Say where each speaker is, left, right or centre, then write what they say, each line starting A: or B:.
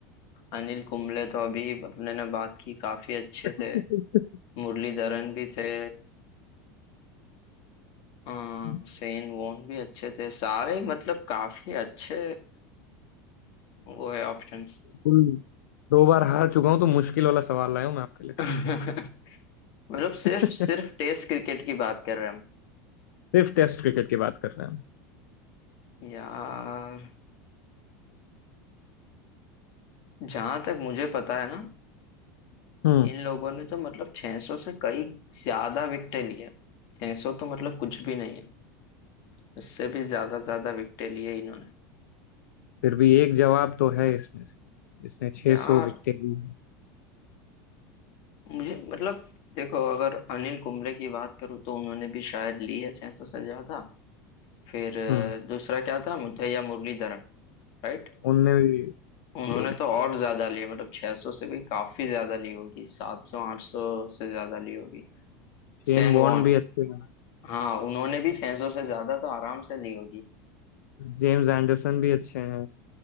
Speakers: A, on the left (about 55°); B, on the left (about 80°).
A: अनिल कुंबले तो अभी अपने ने बात की काफी अच्छे
B: है
A: थे मुरलीधरन भी थे हाँ
B: <laughs>
A: सेन वोन भी अच्छे थे सारे ही मतलब काफी अच्छे वो है ऑप्शंस
B: फुल दो बार हार चुका हूँ तो मुश्किल वाला सवाल लाया हूँ मैं आपके
A: <laughs>
B: लिए
A: मतलब सिर्फ
B: <laughs>
A: सिर्फ टेस्ट क्रिकेट की बात कर रहे हैं हम
B: सिर्फ टेस्ट क्रिकेट की बात कर रहे हैं
A: यार जहां तक मुझे पता है ना
B: हम। हम्म
A: इन लोगों ने तो मतलब 600 से कई ज्यादा विकेट लिए 600 तो मतलब कुछ भी नहीं है उससे भी ज्यादा ज्यादा विकेट लिए इन्होंने
B: फिर भी एक जवाब तो है इसमें से जिसने 600
A: यार
B: सौ विकेटें ली हैं।
A: मुझे मतलब देखो अगर अनिल कुंबले की बात करूँ तो उन्होंने भी शायद ली है छह सौ से ज्यादा फिर अ,
B: हम्म
A: दूसरा क्या था मुथैया मुरलीधरन राइट
B: उनने भी
A: उन्होंने
B: ले रखी
A: तो और
B: है
A: ज्यादा लिए मतलब 600 से भी काफी ज्यादा ली होगी 700 800 से ज्यादा ली होगी
B: शेन
A: सैन
B: बॉर्न
A: वॉन
B: भी अच्छे हैं
A: हाँ उन्होंने भी 600 से ज्यादा तो आराम से ली होगी
B: जेम्स एंडरसन भी अच्छे हैं